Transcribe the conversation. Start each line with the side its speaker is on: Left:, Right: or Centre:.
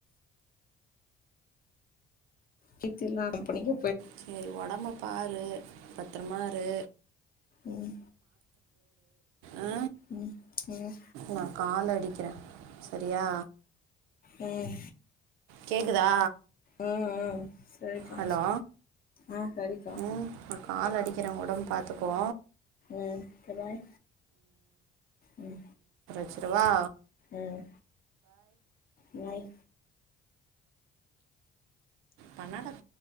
Left: கீர்த்தில்லா ரெம்ப பிடிக்கு
Right: செரி ஒடம்ப பாரு பத்தரமாரு
Left: ம்
Right: ஆ
Left: ம் ம்
Right: நா கால் அடிக்கிறே செரியா
Left: ம்
Right: கேக்குதா
Left: ம் ம் சரிக்கா
Right: ஹலோ
Left: ஆ சரிக்கா
Right: ம் கால் அடிக்கிறே ஒடம்பு பாத்துக்கோ
Left: ம் தபாய் ம்
Right: வெச்சிரவா
Left: ம் பாய்
Right: பண்ணாட